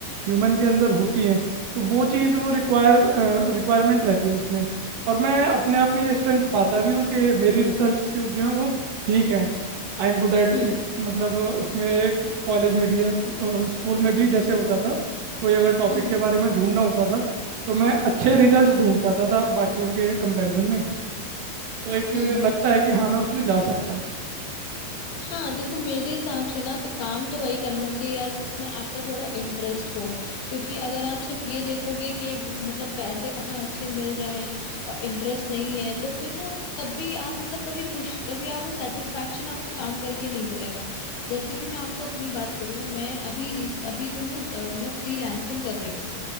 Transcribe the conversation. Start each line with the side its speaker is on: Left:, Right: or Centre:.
Right: ह्यूमन के अंदर होती हैं तो वो चीज़ वो रिक्वायर रिक्वायरमेंट रहती है उसमें और मैं अपने आप में ये स्ट्रेंथ पाता भी हूँ कि मेरी रिसर्च स्किल्स जो हैं वो ठीक हैं I am good at
Left: हम्म
Right: it मतलब अ, उसमें कॉलेज में भी या स्कूल में भी जैसे होता था कोई अगर टॉपिक
Left: हम्म
Right: के बारे में ढूंढना होता था तो मैं अच्छे रिजल्ट्स ढूंढ पाता था बाकियों के कंपैरिजन में तो एक
Left: हम्म
Right: लगता है कि हाँ मैं उसमें जा सकता हूँ
Left: हाँ देखो मेरे हिसाब से ना तो काम तो वही करना चाहिए यार जिसमें आपका थोड़ा इंटरेस्ट हो क्योंकि अगर आप सिर्फ ये देखोगे कि मतलब पैसे कहाँ अच्छे मिल रहे हैं और इंटरेस्ट नहीं है तो फिर ना वो तब भी आप मतलब कभी खुश कभी आप वो सेटिस्फेक्शन आपको काम करके नहीं मिलेगा जैसे कि मैं आपको अपनी बात करूँ मैं अभी रिस- अभी तो मैं अ, मतलब फ्रीलांसिंग कर रही हूँ